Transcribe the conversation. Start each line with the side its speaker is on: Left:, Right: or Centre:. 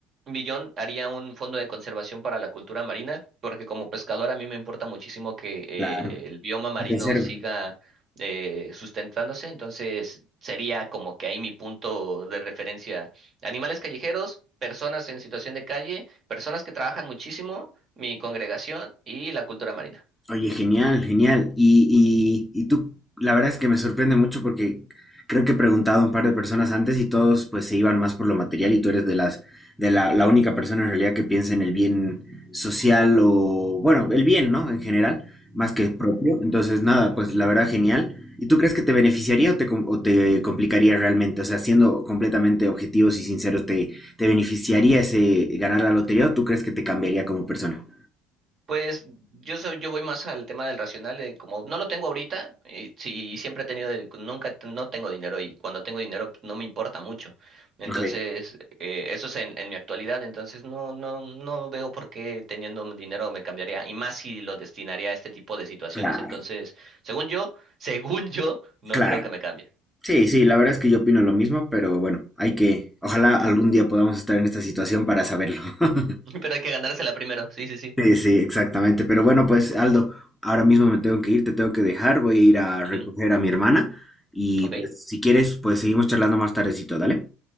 Right: millón haría un fondo de conservación para la cultura marina, porque como pescador a mí me importa muchísimo que eh,
Centre: Claro.
Right: el bioma marino
Centre: Que se conserve.
Right: siga eh, sustentándose, entonces sería como que ahí mi punto de referencia. Animales callejeros, personas en situación de calle, personas que trabajan muchísimo, mi congregación y la cultura marina.
Centre: Oye, genial, genial. Y, y, y tú, la verdad es que me sorprende mucho porque creo que he preguntado a un par de personas antes y todos pues se iban más por lo material y tú eres de las, de la, la única persona en realidad que piensa en el bien social o, bueno, el bien, ¿no? En general, más que el propio. Entonces, nada, pues la verdad, genial. ¿Y tú crees que te beneficiaría o te, com- o te complicaría realmente? O sea, siendo completamente objetivos y sinceros, ¿te, te beneficiaría ese ganar la lotería o tú crees que te cambiaría como persona?
Right: Pues yo soy, yo voy más al tema del racional, de como no lo tengo ahorita, y si siempre he tenido, el- nunca te- no tengo dinero y cuando tengo dinero pues, no me importa mucho. Entonces,
Centre: Ok,
Right: eh, eso es en, en mi actualidad, entonces no, no, no veo por qué teniendo dinero me cambiaría, y más si lo destinaría a este tipo de situaciones.
Centre: claro,
Right: Entonces, según yo, <laughs> según yo, no
Centre: claro.
Right: creo que me cambie.
Centre: Sí, sí, la verdad es que yo opino lo mismo, pero bueno, hay que, ojalá algún día podamos estar en esta situación para saberlo. <laughs>
Right: <laughs> Pero hay que ganársela primero, sí, sí, sí.
Centre: Sí, sí, exactamente. Pero bueno, pues Aldo, ahora mismo me tengo que ir, te tengo que dejar, voy a ir a recoger
Right: Ujú,
Centre: a mi hermana y
Right: Ok,
Centre: pues si quieres, pues seguimos charlando más tardecito, ¿dale?